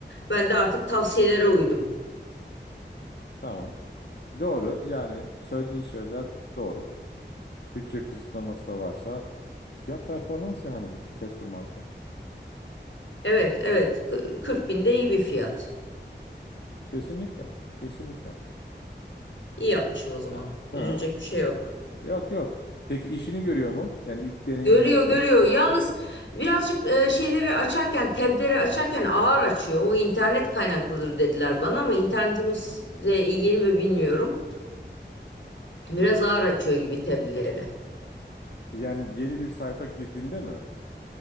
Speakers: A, on the left; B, on the left.
A: Ben de artık tavsiyelere uydum.
B: Tamam. Doğru. Yani söylediği şeyler doğru. Bütçe kısıtlaması da varsa fiyat performans yani Casper marka.
A: Evet, evet. Kı- 40 bin de iyi bir fiyat.
B: Kesinlikle. Kesinlikle.
A: İyi yapmışım o zaman.
B: Ha.
A: Üzülecek bir şey yok.
B: Yok yok. Peki işini görüyor mu? Yani ilk deneyimin
A: Görüyor
B: nasıl?
A: görüyor. Yalnız birazcık e, şeyleri açarken, tableri açarken ağır açıyor. O internet kaynaklıdır dediler bana ama internetimizle ilgili mi bilmiyorum. Biraz
B: Hı.
A: ağır açıyor gibi tableri.
B: Yani yeni bir sayfa girdiğinde mi?